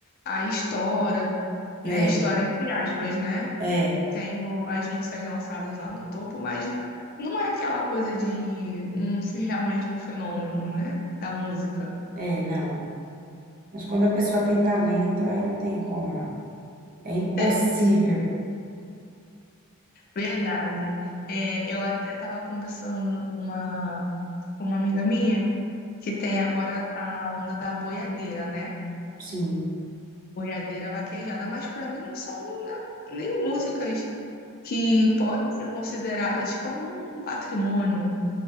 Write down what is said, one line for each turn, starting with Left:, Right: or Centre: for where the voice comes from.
Left: aí estoura,
Right: é,
Left: né? Estoura entre aspas, né?
Right: é,
Left: Tem o- as músicas lançadas lá no topo, mas não é aquela coisa de um realmente um fenômeno, né? Da música.
Right: é, não. Mas quando a pessoa tem talento, aí não tem como, não. É impossível,
Left: É, verdade. É, eu até estava conversando uma, com uma amiga minha que tem agora tá na onda da boiadeira, né?
Right: sim.
Left: Boiadeira vaquejada, mas para mim não são né, nem músicas que podem ser consideradas como um patrimônio,